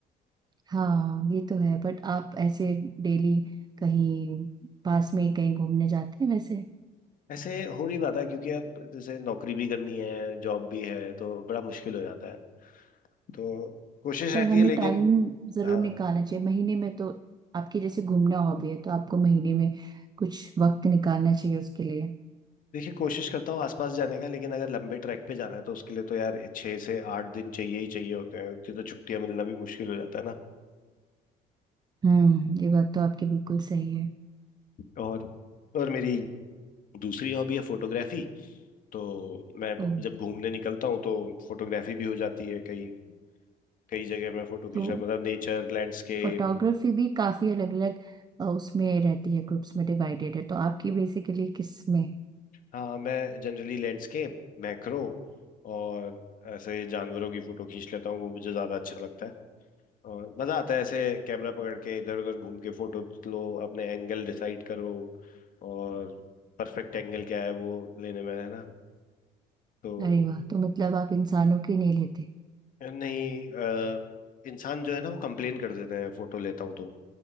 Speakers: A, on the right; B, on the left.
A: हाँ ये तो है बट आप ऐसे डेली कहीं पास में कहीं घूमने जाते हैं वैसे
B: ऐसे हो नहीं पाता क्योंकि अब जैसे नौकरी भी करनी है जॉब भी है तो बड़ा मुश्किल हो जाता है तो कोशिश
A: पर
B: रहती
A: हमें
B: है लेकिन
A: टाइम जरूर
B: हाँ
A: निकालना चाहिए महीने में तो आपकी जैसे घूमना हॉबी है तो आपको महीने में कुछ वक्त निकालना चाहिए उसके लिए
B: देखिए कोशिश करता हूँ आसपास जाने का लेकिन अगर लंबे ट्रैक पे जाना है तो उसके लिए तो यार छः से आठ दिन चाहिए ही चाहिए होते हैं उतनी तो छुट्टियां मिलना भी मुश्किल हो जाता है ना
A: हम्म ये बात तो आपकी बिल्कुल सही है
B: और और मेरी दूसरी हॉबी है फोटोग्राफी तो मैं
A: ओ
B: जब घूमने निकलता हूँ तो फोटोग्राफी भी हो जाती है कई कई जगह मैं फोटो खींच
A: तो
B: रहा मतलब नेचर लैंडस्केप
A: फोटोग्राफी भी काफी अलग अलग उसमें रहती है ग्रुप्स में डिवाइडेड है तो आपकी बेसिकली किस में
B: हाँ मैं जनरली लैंडस्केप मैक्रो और ऐसे जानवरों की फोटो खींच लेता हूँ वो मुझे ज्यादा अच्छा लगता है और मजा आता है ऐसे कैमरा पकड़ के इधर उधर घूम के फोटो लो अपने एंगल डिसाइड करो और परफेक्ट एंगल क्या है वो लेने में है ना तो
A: अरे वाह तो मतलब आप इंसानों की नहीं लेते
B: नहीं अ, इंसान जो है ना वो कंप्लेन कर देते हैं फोटो लेता हूँ तो